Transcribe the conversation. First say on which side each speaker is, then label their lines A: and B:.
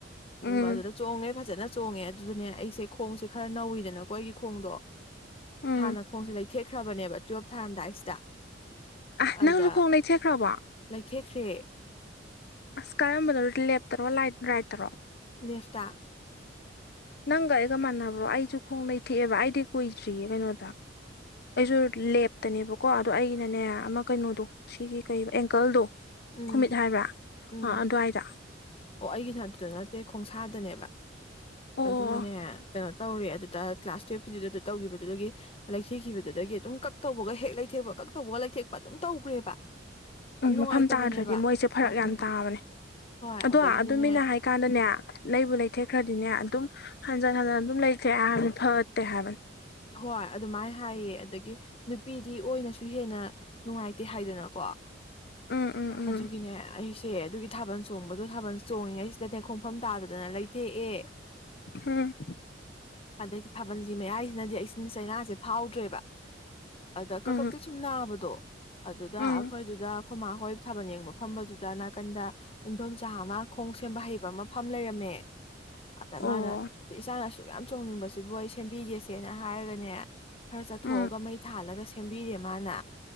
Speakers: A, on the left; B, on the left.
A: ꯑꯗꯨꯒ
B: ꯎꯝ
A: ꯑꯗꯨꯗ ꯆꯣꯡꯉꯦ ꯐꯖꯅ ꯆꯣꯡꯉꯦ ꯑꯗꯨꯗꯅꯦ ꯑꯩꯁꯦ ꯈꯣꯡꯁꯦ ꯈꯔ ꯅꯧꯋꯤꯗꯅꯀꯣ ꯑꯩꯒꯤ ꯈꯣꯡꯗꯣ
B: ꯎꯝ
A: ꯍꯥꯟꯅ ꯈꯣꯡꯁꯦ ꯂꯩꯊꯦꯛꯈ꯭ꯔꯕꯅꯦꯕ ꯇꯨꯌꯦꯜꯞ ꯊꯥꯔꯝꯗꯥꯏꯁꯤꯗ
B: ꯑ
A: ꯑꯗꯨꯗ
B: ꯅꯪꯁꯨ ꯈꯣꯡ ꯂꯩꯊꯦꯛꯈ꯭ꯔꯕꯣ
A: ꯂꯩꯊꯦꯛꯈ꯭ꯔꯦ
B: ꯑꯁ ꯀꯔꯝꯕꯅꯣ ꯂꯦꯞꯇꯔꯣ ꯂꯥꯏꯠ ꯔꯥꯏꯠꯠꯇꯔꯣ
A: ꯂꯦꯐꯇ
B: ꯅꯪꯒ ꯑꯩꯒ ꯃꯥꯟꯅꯕ꯭ꯔꯣ ꯑꯩꯁꯨ ꯈꯣꯡ ꯂꯩꯩꯊꯦꯛꯑꯦꯕ ꯑꯩꯗꯤ ꯀꯨꯏꯗ꯭ꯔꯤꯌꯦ ꯀꯩꯅꯣꯗ ꯑꯩꯁꯨ ꯂꯦꯞꯇꯅꯦꯕꯀꯣ ꯑꯗꯣ ꯑꯩꯩꯅꯅꯦ ꯑꯃ ꯀꯩꯅꯣꯗꯣ ꯁꯤꯒꯤ ꯀꯩ ꯑꯦꯡꯀꯜꯗꯣ
A: ꯎꯝ
B: ꯈꯨꯃꯤꯠ ꯍꯥꯏꯕ꯭ꯔꯥ
A: ꯎꯝ
B: ꯑ ꯑꯗꯨꯋꯥꯏꯗ
A: ꯑꯣ ꯑꯩꯒꯤꯅ ꯑꯗꯨꯗ ꯅꯠꯇꯦ ꯈꯣꯡꯁꯥꯗꯅꯦꯕ
B: ꯑꯣ
A: ꯑꯗꯨꯒꯅꯦ
B: ꯑꯣ ꯑꯣ
A: ꯀꯩꯅꯣ ꯇꯧꯔꯦ ꯑꯗꯨꯗ ꯀ꯭ꯂꯥꯁ ꯇꯨꯌꯦꯐꯀꯤꯗꯨꯗꯨ ꯇꯧꯈꯤꯕꯗꯨꯗꯒꯤ ꯂꯩꯊꯤꯈꯤꯕꯗꯨꯗꯒꯤ ꯑꯗꯨꯝ ꯀꯛ ꯇꯧꯕꯒ ꯍꯦꯛ ꯂꯩꯊꯦꯛꯄ ꯀꯛ ꯇꯧꯕꯒ ꯂꯩꯊꯦꯛ ꯑꯗꯨꯝ ꯇꯧꯈ꯭ꯔꯦꯕ ꯌꯥꯝ
B: ꯎꯝ
A: ꯅꯨꯡꯉꯥꯏꯇꯕꯅꯦꯕ
B: ꯃꯐꯝ ꯇꯥꯗ꯭ꯔꯗꯤ ꯃꯣꯏꯁꯦ ꯐꯔꯛ
A: ꯃꯐꯝ
B: ꯌꯥꯝ ꯇꯥꯕꯅꯦ
A: ꯍꯣꯏ
B: ꯑꯗꯣ
A: ꯑꯗꯒꯤꯗꯤꯅꯦ
B: ꯑꯗꯨꯃꯤꯅ ꯀꯥꯟꯗꯅꯦ ꯂꯩꯕꯨ ꯂꯩꯊꯦꯛꯈ꯭ꯔꯗꯤꯅꯦ ꯑꯗꯨꯝ ꯍꯟꯖꯤꯟ ꯍꯟꯖꯤꯟ ꯑꯗꯨꯝ ꯂꯩꯊꯦꯛꯑꯦ ꯍꯥꯏꯕꯅꯤ ꯐꯒꯠꯇꯦ ꯍꯥꯏꯕꯅꯤ
A: ꯍꯣꯏ ꯑꯗꯨꯃꯥꯏꯅ ꯍꯥꯏꯌꯦ ꯑꯗꯒꯤ ꯅꯨꯄꯤꯗꯤ ꯑꯣꯏꯅꯁꯨ ꯍꯦꯟꯅ ꯅꯨꯡꯉꯥꯏꯇꯦ ꯍꯥꯏꯗꯅꯀꯣ
B: ꯎꯝ ꯎꯝ ꯎꯝ
A: ꯑꯗꯨꯒꯤꯅꯦ ꯑꯩꯁꯦ ꯑꯗꯨꯒꯤ ꯊꯥꯕꯜ ꯆꯣꯡꯕꯗꯣ ꯊꯥꯕꯜ ꯆꯣꯡꯉꯤꯉꯩꯁꯤꯗꯅꯦ ꯈꯣꯡ ꯃꯐꯝ ꯇꯥꯗꯗꯅ ꯂꯩꯊꯦꯛꯑꯦ
B: ꯍꯝ
A: ꯑꯗꯩꯗꯤ ꯊꯥꯕꯜꯂꯤ ꯃꯌꯥꯏꯁꯤꯅꯗꯤ ꯑꯩꯁꯤꯅ ꯆꯩꯅꯥꯁꯦ ꯐꯥꯎꯗ꯭ꯔꯦꯕ ꯑꯗ ꯀꯛꯀꯛꯇꯤ
B: ꯎꯝ
A: ꯁꯨꯝ ꯅꯥꯕꯗꯣ ꯑꯗꯨꯗ
B: ꯎꯝ
A: ꯑꯩꯈꯣꯏꯗꯨꯗ ꯈꯨꯃꯥ ꯍꯣꯏ ꯊꯥꯕꯜ ꯌꯦꯡꯕ ꯐꯝꯕꯗꯨꯗ ꯅꯥꯀꯟꯗ ꯏꯗꯣꯝꯆꯥ ꯑꯃ ꯈꯣꯡ ꯁꯦꯝꯕ ꯍꯩꯕ ꯑꯃꯐꯝꯝ ꯂꯩꯔꯝꯃꯦ ꯑꯗ ꯃꯥꯅ
B: ꯑꯣ
A: ꯁꯤ ꯏꯆꯥꯅ ꯁꯨꯛ ꯌꯥꯝ ꯆꯣꯡꯅꯤꯡꯕꯁꯤꯕꯨ ꯑꯩ ꯁꯦꯝꯕꯤꯒꯦꯁꯦꯅ ꯍꯥꯏꯔꯒꯅꯦ ꯈꯔ ꯆꯠꯊꯣꯛꯑꯒ
B: ꯎꯝ
A: ꯃꯩ ꯊꯥꯜꯂꯒ ꯁꯦꯝꯕꯤꯔꯦ ꯃꯥꯅ